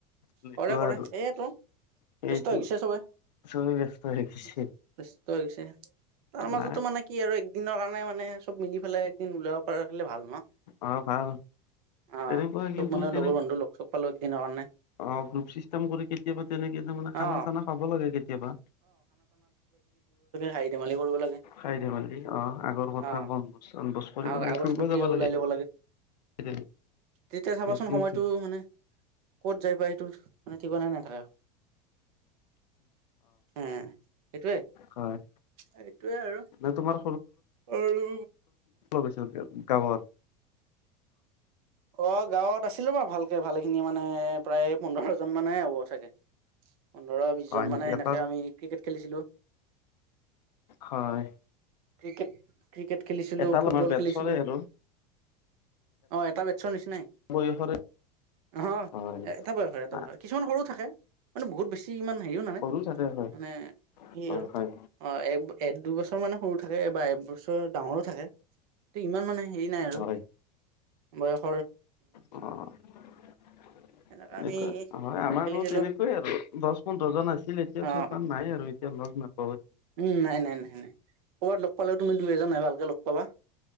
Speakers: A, on the left; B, on the right.
A: এনেকুৱা
B: কৰে কৰে
A: আৰু
B: এইয়টো
A: সেইটো
B: ব্যস্ত হৈছে চবে
A: চবেই ব্যস্ত হৈ গৈছে
B: <unintelligible> ছে তাৰ
A: নাই
B: মাজতো মানে কি আৰু একদিনৰ কাৰণে মানে চব মিলি পেলাই একদিন ওলাব পাৰ হিলে ভাল ন
A: অ ভাল
B: অ
A: তেনেকুৱা
B: চব
A: কিন্তু
B: মানে
A: তেনে
B: লগৰ বন্ধু লগ চগ পালো একদিনৰ কাৰণে
A: অ গ্ৰুপ ছিষ্টেম কৰি কেতিয়াবা তেনেক মানে খানা
B: অ
A: চানা খাব লাগে কেতিয়াবা
B: হাহি ধেমালি কৰিব লাগে
A: খাই দে মালি অ আগৰ কথা
B: অ
A: বনভোজ বনভোজ কৰিব
B: আ-
A: লাগে
B: আগৰ
A: ফুৰিব
B: স্মৃতিয়ে
A: যাব লাগে
B: ওলাই ল'ব তেতিয়া চাবাচোন
A: এটোতো
B: সময়টো
A: -
B: মানে ক'ত যাই পাই মানে ঠিকনাই নাথাকে সেইটোৱে
A: হয়
B: সেইটোৱে আৰু
A: নে তোমাৰ
B: আৰু
A: গৈছিল গাওঁত
B: অ গাঁৱত আছিলো মই ভালকে ভালে খিনি মানে প্ৰায় পোন্ধৰ জন মানে হ'ব চাগে পোন্ধৰ বিশ
A: হয়
B: জন
A: নেকি
B: মানে সেনেকে
A: এটা
B: আমি ক্ৰিকেট খেলিছিলো
A: হয়
B: ক্ৰিকেট ক্ৰিকেট খেলিছিলো
A: এটা
B: ফুটবল
A: আমাৰ বেটছৰে
B: খেলিছিলো
A: আৰু
B: অ এটা ৰ নিচিনাই
A: বয়সৰে
B: অ
A: হয়
B: এটা বয়স হয় এটা
A: না
B: বয়স হয় কিছুমান সৰু থাকে মানেহুত বেছি ইমান হে ন
A: সৰু চাগে হয়
B: মানে
A: হয়
B: আৰু
A: হয়
B: দুবছৰ ম থাকে বা এবছৰ ডাঙৰো থাকে ত ইমান মানে হেৰি নাই আৰু
A: হয়
B: বয়স
A: অ এনেকোৱা
B: এনেকা আমি
A: হয় আমাৰো
B: খেলিছিলো
A: তেনেকোৱাই আৰু দহ পোন্ধৰ জন আছিলে এতিয়া
B: অ
A: চব নাই আৰু এতিয়া লগ নাপ
B: উম নাই নাই নাই নাই কৰ'বাত লগ পালেও তুমি দুই এজন হে ভালকে লগ পাবা